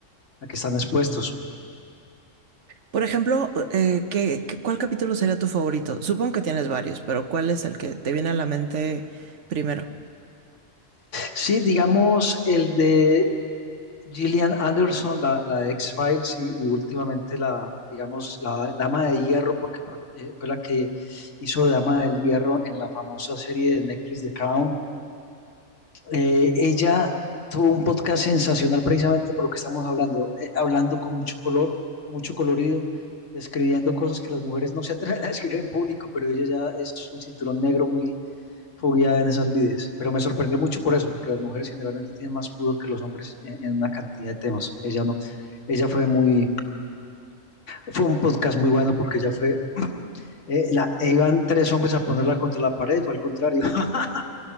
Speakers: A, on the left; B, on the right.
A: a qué están expuestos.
B: Por ejemplo, eh, ¿qué- qué- cuál capítulo sería tu favorito? Supongo que tienes varios, pero ¿cuál es el que te viene a la mente primero?
A: Sí, digamos, el de Gillian Anderson, la, la de X-Files y, y últimamente la, digamos, la Dama de Hierro, porque pra- eh, fue la que hizo de Dama del Hierro en la famosa serie de Netflix The Crown. Eh, ella tuvo un podcast sensacional precisamente por lo que estamos hablando, eh, hablando con mucho color, con mucho colorido, describiendo cosas que las mujeres no se atreven a <laughs> describir en público, pero ella ya es un cinturón negro muy, fue guiada en esas lides, pero me sorprendió mucho por eso, porque las mujeres generalmente tienen más pudor que los hombres en, en una cantidad de temas. Ella no, ella fue muy, fue un podcast muy bueno porque ella fue, eh, la, iban tres hombres a ponerla contra la pared y fue al contrario. <laughs>